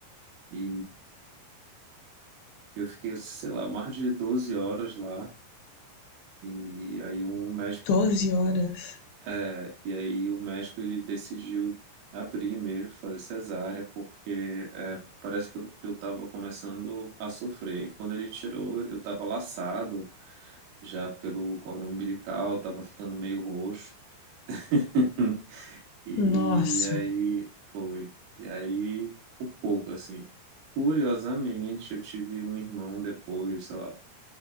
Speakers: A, on the right; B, on the left.
A: E eu fiquei, sei lá, mais de 12 horas lá. E aí um médico,
B: Doze horas.
A: é, e aí o médico ele decidiu abrir mesmo, fazer cesárea, porque é, parece que eu, que eu tava começando a sofrer. E Quando ele tirou, eu tava laçado já pelo cordão umbilical, tava ficando meio roxo. <laughs> E,
B: Nossa.
A: e aí foi. E aí, por pouco, assim. Curiosamente, eu tive um irmão depois, sei lá,